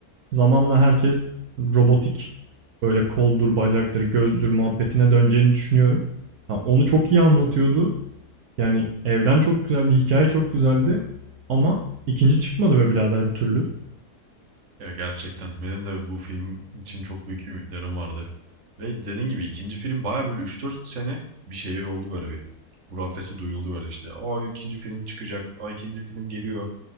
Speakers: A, on the right; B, on the right.
A: Zamanla herkes robotik böyle koldur, bacaktır, gözdür muhabbetine döneceğini düşünüyorum. Ha, onu çok iyi anlatıyordu. Yani evren çok güzeldi, hikaye çok güzeldi ama ikinci çıkmadı be birader bir türlü.
B: Ya gerçekten benim de bu film için çok büyük ümitlerim vardı. Ve dediğin gibi ikinci film baya böyle üç dört sene bir şey oldu böyle bir hurafesi duyuldu böyle işte. Aa ikinci film çıkacak. Aa ikinci film geliyor.